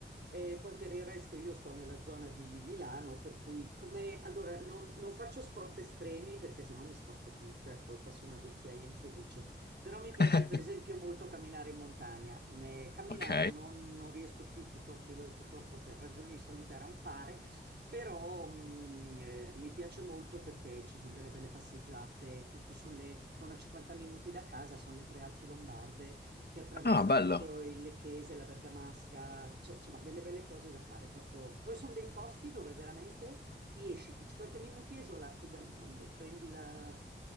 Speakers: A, on the right; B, on the left.
A: E poi per il resto io sto nella zona di Milano, per cui come allora non, non faccio sport estremi perché sennò mi spacco tutta e poi passo una vecchiaia infelice. Però mi piace
B: <laughs>
A: per esempio molto camminare in montagna. Eh, camminare
B: Ok.
A: non, non riesco più purtroppo, eh, purtroppo per ragioni di salute a rampare, però mh, eh, mi piace molto perché ci sono delle belle passeggiate, tutte sulle, sono a 50 minuti da casa, sono le prealpi lombarde che attraversano
B: Ah, bello.
A: proprio il Lecchese, la Bergamasca, cioè, insomma delle belle cose da fare proprio. Poi sono dei posti dove veramente riesci in 50 minuti a isolarti dal mondo, prendi la